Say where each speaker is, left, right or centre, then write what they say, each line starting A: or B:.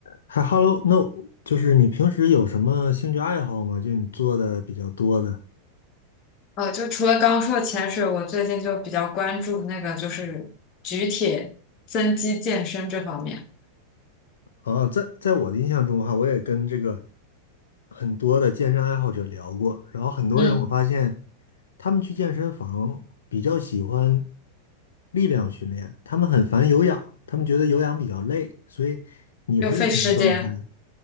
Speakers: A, on the left (about 65°); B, on the left (about 35°).
A: 还 Hello，那我就是你平时有什么兴趣爱好吗？就你做的比较多的。
B: 呃，就除了刚刚说的潜水，我最近就比较关注那个就是举铁、增肌健身这方面。
A: 哦，在在我的印象中哈，我也跟这个很多的健身爱好者聊过，然后很多人我发现
B: 嗯，
A: 他们去健身房比较喜欢力量训练，他们很烦有氧，他们觉得有氧比较累，所以你是什么状态？
B: 又费时间。